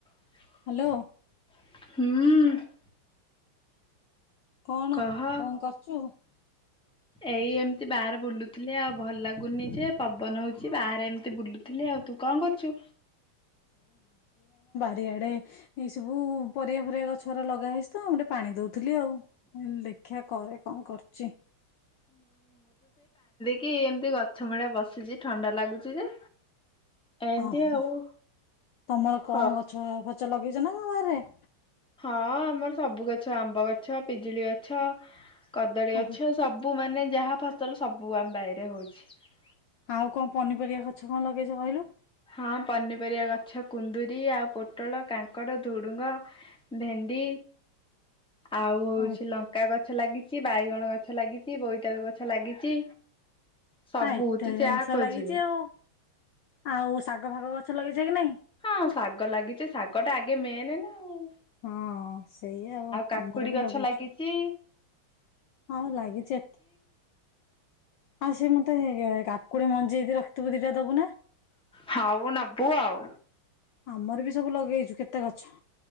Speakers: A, in the centre; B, on the left.
A: ହୁଁ
B: Hello କଣ
A: କହ
B: କଣ କରୁଛୁ?
A: ଏଇ ଏମିତି ବାହାରେ ବୁଲୁ ଥିଲେ ଆଉ ଭଲ ଲାଗୁନି ଯେ ପବନ ହଉଛି ବାହାରେ ଏମିତି ବୁଲୁଥିଲି ଆଉ ତୁ କଣ କରୁଛୁ?
B: ଆଡେ ଏଇ ସବୁ ପରିବା ପରିବା ଗଛ ଲଗା ହେଇ ତ ମୁଁ ଟିକେ ପ ପାଣି ଦଉଥିଲି ଆଉ ମୁଁ ଦେଖା କରେ କଣ କରୁଛି।
A: କି ଏମତି ଗଛ ମୂଳି ବସିଛି ଥଣ୍ଡା ଲାଗୁଛି ଯେ ଏମିତି
B: ଅ ହଁ
A: ଆଉ
B: ତମର
A: ଖ
B: କଣ ଗଛ ଫ ଚ ଲଗେଇଛ ନା କ ବାରି ରେ।
A: ହଁ ଆମର ସବୁ ଗଛ ଆମ୍ବ ଗଛ ପିଜୁଳି ଗଛ କଦଳୀ
B: ଓହୋ
A: ଗଛ ସବୁ ମାନେ ଯାହା ଫସଲ ସବୁ ଆମ ବାାଇରେ ହେଉଛି
B: ଆଉ କଣ ପନିପରିବା ଗଛ କଣ ଲଗେଇଛ କହିଲୁ
A: ହଁ ପନିପରିବା ଗଛ କୁନ୍ଦୁରିୀ ଆଉ ପୋଟଳ କାଙ୍କଡ ୁଡୁଙ୍ଗ ଭେଣ୍ଡି ଆଉ ହଉଛି
B: ଆ
A: ଲଙ୍କା ଗଛ ଲାଗିଛି ବାଇଗଣ ଗଛ ଲାଗିଛି ବୋଇତାଳୁ ଗଛ ଲାଗିଛି ସବୁ
B: ଏତେ
A: ତୁ ଯାହା
B: ଜିନିଷ
A: ଖୋଜିବୁ
B: ଲାଗିଛି ଆଉ ଆଉ ଶାଗ ଫାଗ ଗଛ ଲଗେଇଛା କି ନାଇଁ
A: ହଁ ଶାଗ ଲାଗିଛି ଶାଗ ଟା ଆଗେ ମେନେ ନା ଆଉ
B: ହଁ ସେଇ ଆଉ
A: କାକୁଡି
B: ଆମର ବି
A: ଗଛ
B: ଲଗିଛୁ
A: ଲାଗିଛି
B: ଆଉ ଲାଗିଛି ଏତେ ଆଉ ସେ ମତେ ହେଇ କାକୁଡି ମଞ୍ଜି ଯି ରଖଥିବୁ ଦିଟା ଦବୁ ନା
A: ହଉ ନବୁ ଆଉ
B: ଆମର ବି ସବୁ ଲଗେଇଛୁ କେତେ ଗଛ